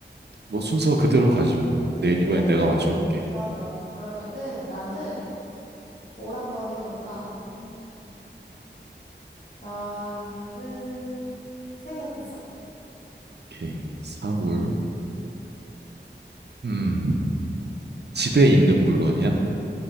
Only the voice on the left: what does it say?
응, 응,
그래, 그래.
좋아, 좋아. 그러면은 나는 뭘 한번 해볼까? 음, 나는 생각했어.